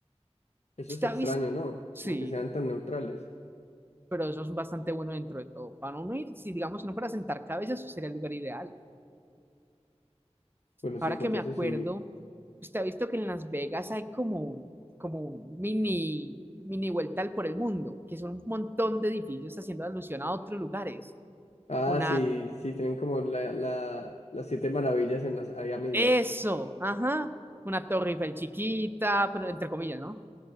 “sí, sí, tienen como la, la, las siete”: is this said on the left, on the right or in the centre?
Left